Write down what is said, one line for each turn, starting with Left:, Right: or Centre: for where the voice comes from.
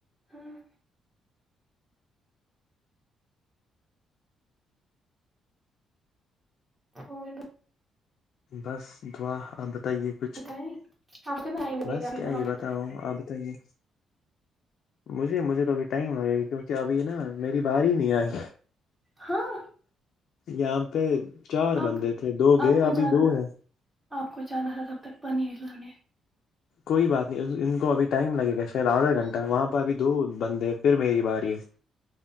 Right: ہماں اور
Left: بس دعا آپ بتائیے کچھ
Right: بتائیں آپ کا ٹائم لگے
Left: بس
Right: گا ابھی
Left: کیا
Right: وہاں
Left: یہ
Right: پہ
Left: بتاؤ آپ تائیے مجھے مجھے تو ابھی ٹائم لگے گا کیونکہ ابھی نا میری باری ہی نہیں آئی
Right: ہاں
Left: یہاں پہ چار
Right: آپ
Left: بندے تھے دو گئے
Right: آپ کو
Left: ابھی
Right: جانا
Left: دو
Right: تھا
Left: ہیں
Right: آپ کو جانا تھا تب تک پنیر لانے
Left: کوئی بات نہیں ان کو ابھی ٹائم لگے گا شاید آدھا گھنٹہ وہاں پرہ ابھی دو بندے ہیں پھر میری باری ہے